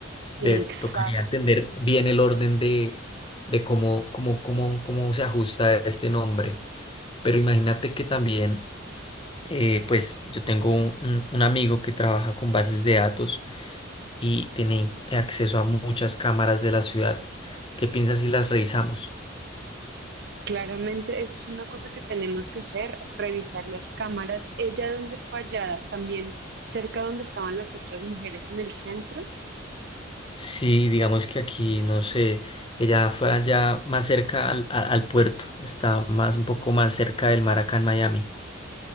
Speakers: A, on the left; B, on the right.
A: De,
B: Exacto.
A: tocaría entender bien el orden de, de cómo, cómo, cómo, cómo se ajusta este nombre. Pero imagínate que también, eh, pues yo tengo un, un- un amigo que trabaja con bases de datos y tiene inf- acceso a muchas cámaras de la ciudad. ¿Qué piensas si las revisamos?
B: Claramente, eso es una cosa que tenemos que hacer, revisar las cámaras. Ella donde fue hallada, también cerca donde estaban las otras mujeres en el centro,
A: sí digamos que aquí, no sé, ella fue allá más cerca al, a- al puerto, está más un poco más cerca del mar acá en Miami.